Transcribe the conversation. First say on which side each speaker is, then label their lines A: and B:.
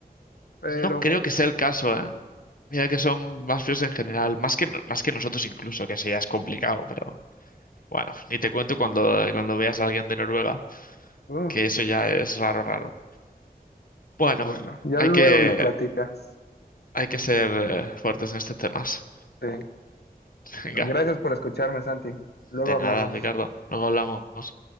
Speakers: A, on the left; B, on the left.
A: Pero
B: No creo
A: bueno,
B: que sea el caso, ¿eh? Mira que son más fríos en general, más que, no- más que nosotros incluso, que eso ya es complicado, pero bueno, ni te cuento cuando, cuando veas a alguien de Noruega,
A: uf,
B: que eso ya es raro, raro. Bueno,
A: bueno, ya
B: hay
A: luego
B: que,
A: me platicas.
B: Hay que ser eh, fuertes en estos temas.
A: Sí.
B: <laughs> Venga,
A: Bueno, gracias por escucharme, Santi. Luego
B: de
A: hablamos.
B: nada, Ricardo. Luego hablamos.